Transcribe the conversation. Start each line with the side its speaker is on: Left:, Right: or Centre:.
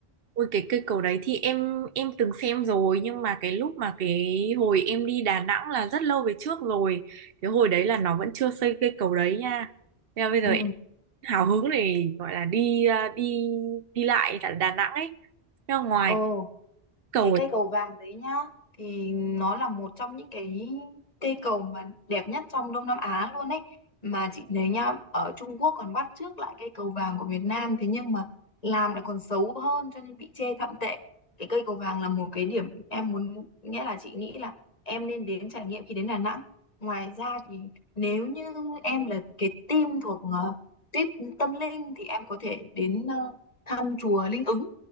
Right: Ôi cái cây cầu đấy thì em em từng xem rồi nhưng mà cái lúc mà cái hồi em đi Đà Nẵng là rất lâu về trước rồi. Cái hồi đấy là nó vẫn chưa xây cây cầu đấy nha. Nên là bây giờ
Left: Ừ.
Right: em hào hứng để gọi là đi à, đi đi lại tại Đà Nẵng ấy. Nhưng mà ngoài
Left: Ồ,
Right: cầu
Left: cái cây cầu vàng đấy nhá thì nó là một trong những cái cây cầu mà đẹp nhất trong Đông Nam Á luôn ấy mà chị thấy nhá ở Trung Quốc còn bắt chước lại cây cầu vàng của Việt Nam thế nhưng mà làm lại còn xấu hơn cho nên bị chê thậm tệ cái cây cầu vàng là một cái điểm em muốn nghĩa là chị nghĩ là em nên đến trải nghiệm khi đến Đà Nẵng ngoài ra thì nếu như em là cái team thuộc uh, tuyết tâm linh thì em có thể đến ờ, thăm chùa Linh Ứng